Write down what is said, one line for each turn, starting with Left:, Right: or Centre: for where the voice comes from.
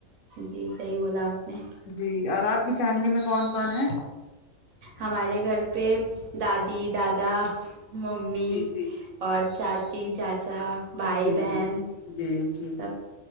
Right: جی صحیح بولا آپ نے
Left: جی اور آپ کی فیملی میں کون کون ہے
Right: ہمارے گھر پہ دادی دادا ممی
Left: جی جی
Right: اور چاچی چاچا بھائی
Left: جی
Right: بہن
Left: جی جی جی
Right: سب